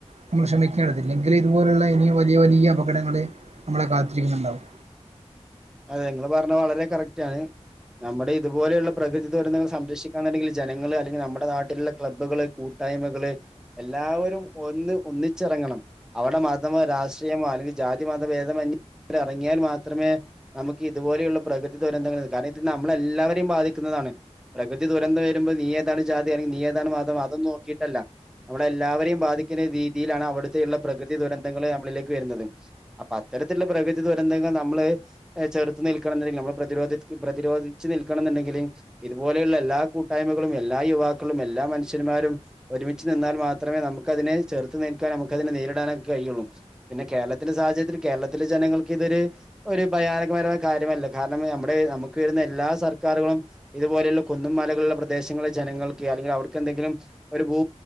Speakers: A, on the right (about 65°); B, in the centre.
A: നമ്മൾ ശ്രമിക്കേണ്ടതില്ലെങ്കിൽ ഇതുപോലുള്ള ഇനി വലിയ വലിയ അപകടങ്ങള്ൾ നമ്മളെ കാത്തിരിക്കുന്നുണ്ടാവും
B: അതെ നിങ്ങള് പറഞ്ഞ വളരെ കറക്റ്റ് ആണ് നമ്മുടെ ഇതുപോലെയുള്ള പ്രകൃതി ദുരന്തൾ സംരക്ഷിക്കാുണ്ടെങ്കിൽ ജനങ്ങള്ൾ അല്ലെങ്കിൽ നമ്മുടെ നാട്ടിലുള്ള ക്ലബ്ബുകള് കൂട്ടായ്മകള് എല്ലാവരും ഒന്ന് ഒന്നിച്ചിറങ്ങണം അവിടെ മതമോ രാഷ്ട്രീയമോ അല്ലെങ്കിൽ ജാതി മത ഭേദമന്യ ഇറങ്ങിയാൽ മാത്രമേ ഇതുപോലെയുള്ള പ്രകൃതി ദുരന്തങ്ങ കാരണം ഇ നമ്മളെല്ലാവരെയും ബാധിക്കുന്നതാണ് പ്രകൃതി ദുരന്തം വരുമ്പോൾ നീ ഏതാണ് ജാതി അല്ലങ്കിൽ നിയേതാണ് മതം അതൊന്നും നോക്കിട്ടല്ല നമ്മള എല്ലാവരെയും ബാധിക്കുന്ന രീതിയിലാണ് അവിടുത്തെുള്ള പ്രകൃതി ദുരന്തങ്ങള്ൾ നമ്മളിലേക്ക് വരുന്നത് അപ്പൊ തത്തരത്തിലുള്ള പ്രകൃതി ദുരന്തങ്ങൾ നമ്മള് ചെറുത് നിൽക്കണണ്ടെങ്കിൽ നമ്മൾ പ്രതിരോധ പ്രതിരോധിച്ച് നിൽക്കണം എന്നുണ്ടെങ്കിലും ഇതുപലെയുള്ള എല്ലാ കൂട്ടായ്മയും കളും എല്ലാ യുവാക്ക മക്കളും എല്ല മനഷ്യന്മാരും ഒരുമച്ച് നിന്നാൽ മാത്രമേ നമുക്ക അതിനെ ചേർതു നിൽക്കാനും നമുതിന നേരിടാനും ക യൊള്ളും പിന്നെ കേരത്തിന്റെ സാഹചര്ത്തിൽ കേരളത്തില ജനങ്ങക്ക് ഇതൊര് ഒരു ഭയാനകരമായ കാര്യമല്ല കാരണം നമ്മുടെ നമുക്ക് വരുന്ന എല്ലാ സർക്കാരറുകളും ഇതുപോലെയുള്ള കുന്നുംമലകള പ്രദേശങ്ങളെ ജനങ്ങൾക്ക് അല്ലെങ്കിൽ അവർക്ക്െന്തെങ്കിലും ഒരു ഭൂ